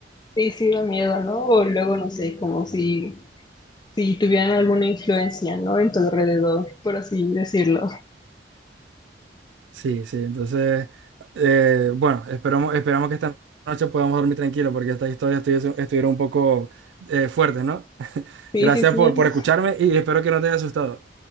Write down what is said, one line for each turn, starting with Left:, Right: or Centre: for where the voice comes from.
Left: Sí, sí da miedo, ¿no? O luego, no sé, como si, si tuvieran alguna influencia, ¿no? En tu alrededor, por así decirlo.
Right: Sí, sí, entonces, eh, bueno, esperamos, esperamos que esta noche podamos dormir tranquilo porque estas historias estuviesen- estuvieron un poco eh, fuertes, ¿no? <laughs>
Left: Sí,
Right: Gracias
Left: sí, sí.
Right: por, por escucharme y espero que no te haya asustado.